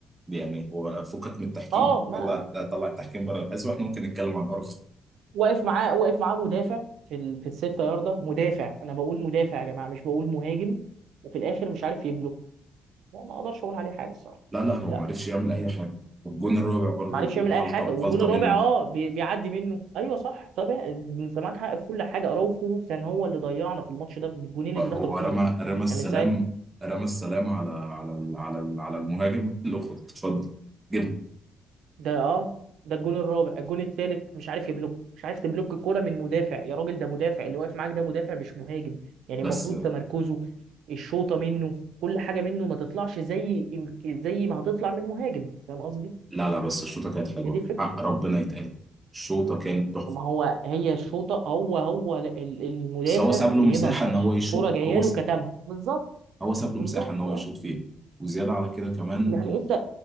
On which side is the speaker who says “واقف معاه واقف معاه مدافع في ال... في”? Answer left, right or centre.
Right